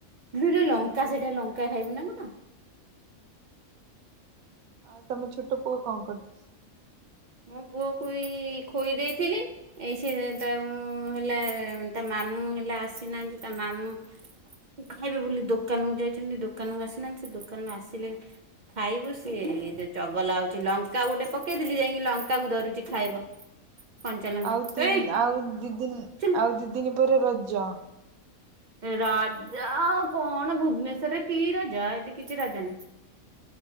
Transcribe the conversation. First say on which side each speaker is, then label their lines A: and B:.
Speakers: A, on the right; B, on the right.
A: ଇଲୋ ଲୋ ଲଙ୍କା
B: ହଁ
A: ସେଇଟା ଲଙ୍କା ଖାଇବୁ ନା କଣ?
B: ଆଉ ତମେ ଛୋଟ ପୁଅ କଣ କରୁଛି?
A: ମୋ ପୁଅକୁ ଏଇ ଖୋଇ ଦେଇଥିଲି, ଏଇ ସେ ତାକୁ ହେଲା ତା ମାମୁଁ ହେଲା ଆସିନାହାନ୍ତି, ତା ମାମୁଁ। ଖାଇବେ ବୋଲି ଦୋକାନକୁ ଯାଇଛନ୍ତି। ଦୋକାନକୁ ଆସିନାହାନ୍ତି। ସେ ଦୋକ୍ କୋନ ଆସିଲେ ଖାଇବୁ ସିଏ ଚଗଲା ହୋଉଛି, ଲଙ୍କା ଗୋଟେ ପକେଇଥିଲି ଯାଇ ଇ ଲଙ୍କା କୁ ଧରୁଛି ଖାଇବ। କଞ୍ଚା ଲଙ୍କା
B: ଆଉ ତିନ
A: ଏଇ
B: ଆଉ ଦି ଦିନ
A: ଚୁଲ
B: ଆଉ ଦି ଦିନ ପରେ ରଜ।
A: ରଜ ଆଉ କଣ ଭୁବନେଶ୍ଵରରେ କି ରଜ ଏଠି କିଛି ରଜ ନାହିଁ।